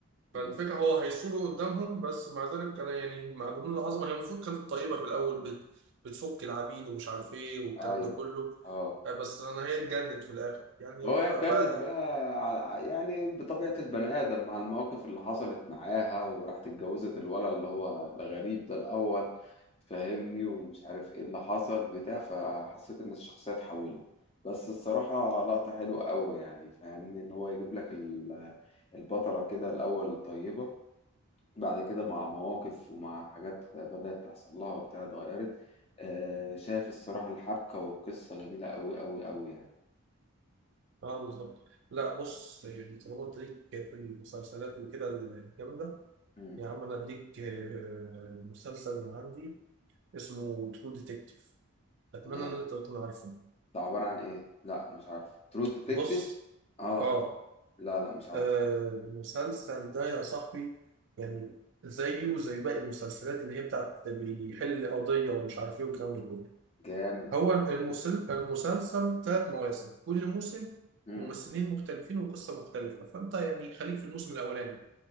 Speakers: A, on the left; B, on the right.
A: مم.
B: فالفكره هو هيثوروا قدامهم بس مع ذلك كان يعني مع جنود العظمه هي المفروض كانت طيبه في الاول بت... بتفك العبيد ومش عارف ايه والكلام
A: أيوه
B: ده كله
A: اه
B: آه، بس انا هي اتجنت في الاخر يعني
A: هو
B: فبقى
A: اتجنت بقى على- يعني بطبيعة البني آدم مع المواقف اللي حصلت معاها وراحت اتجوزت الولد اللي هو الغريب ده الأول فاهمني ومش عارف ايه اللي حصل بتاع فحسيت إن الشخصية اتحولت بس الصراحة لقطة حلوة أوي يعني فاهمني إن هو يجيب لك ال- البطلة كده الأول طيبة بعد كده مع مواقف ومع حاجات بدأت تحصل لها وبتاع اتغيرت آه، شايف الصراحة الحبكة والقصة جميلة أوي أوي أوي يعني
B: اه بالظبط لا بص يعني طالما قلت ليك في المسلسلات وكده الجامده
A: مم،
B: يا عم انا اديك آه، مسلسل من عندي اسمه ترو ديتكتيف اتمنى
A: تمام
B: ان انت تكون عارفه
A: ده عبارة عن ايه لا مش عارف ترو ديتكتيف
B: بص
A: اه
B: اه
A: لا لا مش عارف
B: آه، المسلسل ده يا صاحبي يعني زيه زي باقي المسلسلات اللي هي بتاعت بيحل قضيه ومش عارف ايه والكلام ده كله
A: جامد
B: هو المسل...
A: ايه
B: المسلسل ثلاث مواسم كل موسم
A: امم
B: ممثلين مختلفين وقصه مختلفه فانت يعني خليك في الموسم الاولاني